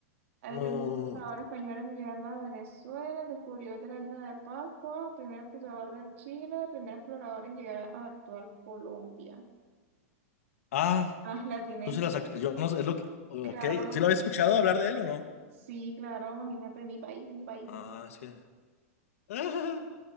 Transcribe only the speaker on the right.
El
primer explorador español en llegar a Venezuela, el descubridor de la isla de Pascua, primer explorador del Chile, el primer explorador en llegar a la actual Colombia.
Ah, la tiene.
Claro,
sí, claro, imagínate, mi país, mi país.